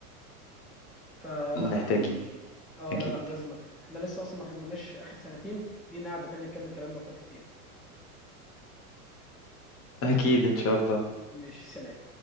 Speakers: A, in the centre; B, on the left.
A: فلا
B: محتاجين
A: يعني اه
B: اكيد
A: لا لا لازم احنا لسه اصلا ما كملناش اخر سنتين لينا قعدة تانية نكمل كلامنا في وقت تاني
B: اكيد ان شاء الله
A: ماشي سلام